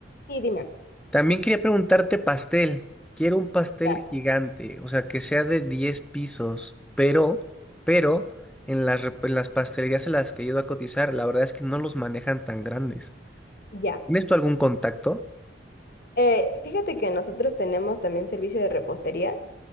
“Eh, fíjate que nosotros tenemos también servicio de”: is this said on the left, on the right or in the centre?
Left